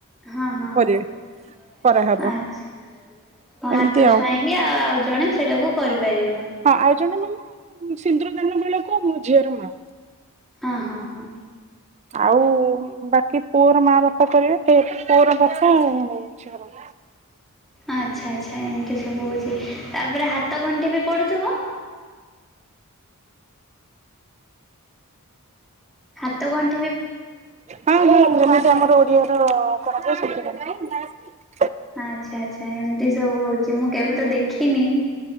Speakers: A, in the centre; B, on the right (about 30°).
A: ହଁ ହଁ
B: କରିବେ
A: ହ
B: କରାହବ
A: ଆଛା ହାତ
B: ଏମିତି ଆଉ
A: ଛୁଆଁଇ ଇଆ ଜଣେ ସେଇଟାକୁ କରିପାରିବ।
B: ହଁ ଆଉ ଜଣେ ମାନେ ସିନ୍ଦୁର ଦାନ ବେଳକୁ ଝିଅର ମା।
A: ହଁ ହଁ ହଁ
B: ଆଉ ବାକି ପୁଅର ମା ବାପା କରିବେ ସେ ପୁଅର ବାପା ଆଚ୍ଛା ହଉ।
A: ଆଚ୍ଛା ଆଚ୍ଛା ଏମିତି ସବୁ ହଉଛି ତାପରେ ହାତ ଗଣ୍ଠି ବି ପଡ଼ୁଥିବ। ହାତ ଘ
B: ହଁ ଆମର ଓଡ଼ିଆ ର <unintelligible>
A: ଆଚ୍ଛା ଆଚ୍ଛା ଏମିତି ସବୁ ହଉଛି ମୁଁ କେବେ ତ ଦେଖିନି